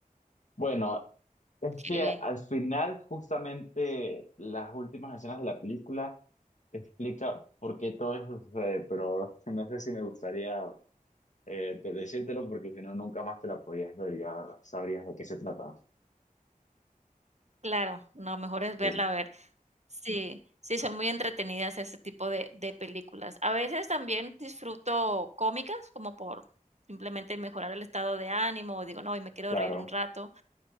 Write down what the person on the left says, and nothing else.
Bueno, es
que
al final, justamente las últimas escenas de la película explica por qué todo eso sucede, pero <laughs> no sé si me gustaría eh, te- decírtelo porque si no nunca más te la podías ver, ya sabrías de qué se trata.
Sí,
claro.